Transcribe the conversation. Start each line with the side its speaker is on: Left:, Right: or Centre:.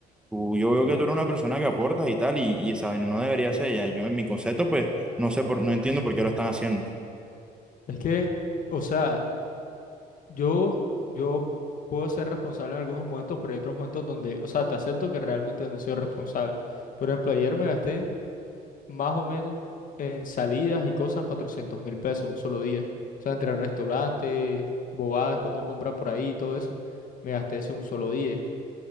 Centre: tú, yo veo que tú eres una persona que aportas y tal, y, y esa vaina no debería ser ya. Yo, en mi concepto, pues, no sé por, no entiendo por qué lo están haciendo.
Left: Es que, o sea, yo, yo puedo ser responsable en algunos momentos, pero hay otros momentos donde, o sea, te acepto que realmente no he sido responsable. Por ejemplo, ayer me gasté más o menos en salidas y cosas cuatrocientos mil pesos un solo día. O sea, entre restaurantes, bobadas que uno compra por ahí y todo eso, me gasté eso un solo día.